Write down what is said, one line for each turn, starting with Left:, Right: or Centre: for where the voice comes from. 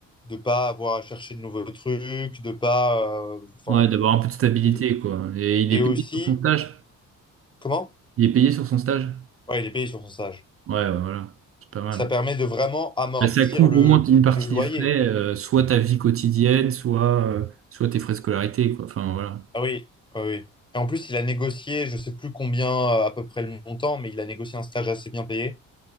Left: ne pas avoir à chercher de nouveaux trucs, de pas... euh, enfin,
Right: Ouais, d'avoir un peu de stabilité,
Left: et,
Right: quoi. Et il
Left: et
Right: est
Left: aussi,
Right: payé sur son stage.
Left: comment?
Right: Il est payé sur son stage.
Left: Ouais, il est payé sur son stage.
Right: Ouais, ouais, voilà, c'est pas mal.
Left: Ça permet de vraiment amortir
Right: Bah, ça couvre
Left: le,
Right: au moins une partie
Left: le loyer.
Right: des frais, euh, soit ta vie quotidienne, soit, euh, soit tes frais de scolarité, quoi. Enfin, voilà.
Left: Ah oui, ah oui. Et en plus, il a négocié, je sais plus combien euh, à peu près le montant, mais il a négocié un stage assez bien payé.